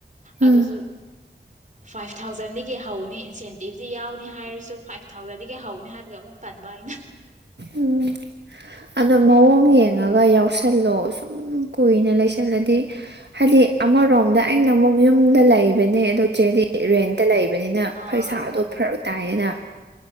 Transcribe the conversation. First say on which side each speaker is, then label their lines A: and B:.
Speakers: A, on the right; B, on the right.
A: ꯎꯝ
B: ꯑꯗꯨꯁꯨ ꯐꯥꯏꯚ ꯊꯥꯎꯖꯟꯗꯒꯤ ꯍꯧꯅꯤ ꯏꯟꯁꯦꯟꯇꯤꯞꯇ ꯌꯥꯎꯅꯤ ꯍꯥꯏꯔꯁꯨ ꯐꯥꯏꯚ ꯊꯥꯎꯖꯟꯗꯒꯤ ꯍꯧꯅꯤ ꯍꯥꯏꯕꯒꯤ ꯑꯃꯨꯛ ꯇꯟꯕ ꯑꯩꯅ
A: ꯎꯝ ꯑꯗꯣ ꯃꯑꯣꯡ ꯌꯦꯡꯉꯒ ꯌꯥꯎꯁꯜꯂꯣ ꯁꯨꯝ ꯀꯨꯏꯅ ꯂꯩꯁꯜꯂꯗꯤ ꯍꯥꯏꯗꯤ ꯑꯃꯔꯣꯝꯗ ꯑꯩꯅ ꯑꯃꯨꯛ ꯌꯨꯝꯗ ꯂꯩꯕꯅꯦ ꯑꯗꯨ ꯃꯆꯦꯗꯤ
B: ꯎꯝ
A: ꯔꯦꯟꯇ ꯂꯩꯕꯅꯤꯅ
B: ꯑꯥ
A: ꯄꯩꯁꯥꯗꯣ
B: ꯑꯗꯨꯅꯦ
A: ꯐꯔꯛ ꯇꯥꯏꯌꯦꯅ